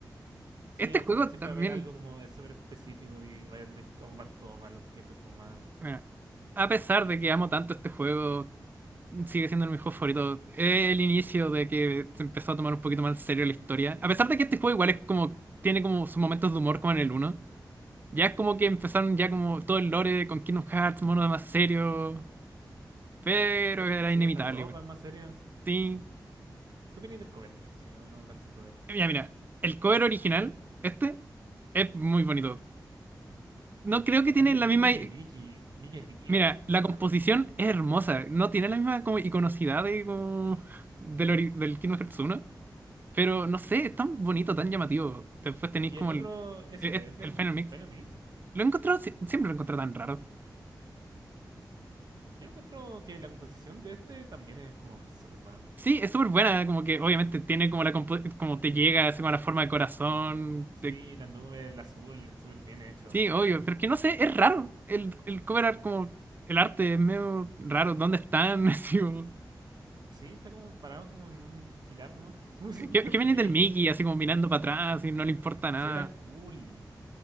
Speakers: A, on the right; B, on the right.
A: sí,
B: Este
A: al
B: juego
A: final siempre
B: también,
A: va a haber algo como de súper específico y vaya a tener que ocupar todo para los jefes como más,
B: bueno, a pesar de que amo tanto este juego, sigue siendo mi juego favorito. Es El inicio de que se empezó a tomar un poquito más en serio la historia, a pesar de que este juego igual es como, tiene como sus momentos de humor como en el uno Ya es como que empezaron ya como todo el lore con Kingdom Hearts, monos más serios, pero
A: ah,
B: era
A: sí,
B: inevitable,
A: hasta la ropa
B: weón.
A: es más seria.
B: Sí.
A: ¿Qué opináis del cover? Eso sí, no, no hablaste del cover.
B: Mira, mira, el cover original, este, es muy bonito. No creo que tiene
A: Mi-
B: la
A: ¿Qué
B: misma...
A: opináis de Mickey? Mickey Río
B: Mira,
A: con
B: la
A: capucha.
B: composición es hermosa, no tiene la misma como iconocidad de, como, del, ori- del Kingdom Hearts uno pero no sé, es tan bonito, tan llamativo. Después tenéis
A: Y
B: como
A: el otro,
B: el,
A: ese,
B: el,
A: ¿es del
B: el Final Mix.
A: Final Mate?
B: Lo he encontrado, sie- siempre lo he encontrado tan raro.
A: Yo encuentro que la composición de este también es como súper bueno.
B: Sí, es súper buena, como que obviamente tiene como la compo- como te llega, así como la forma de corazón.
A: Sí,
B: de-
A: las nubes, el azul, súper bien hecho.
B: Sí, obvio, pero que no sé, es raro. El, el cover art, como el arte es medio raro. ¿Dónde están? <laughs> Así como,
A: Sí, está como parado como en un pilar nomás. <laughs>
B: ¿qué, qué viene
A: Ok,
B: del Mickey? Así como mirando para atrás y no le importa nada.
A: se ve tan cool.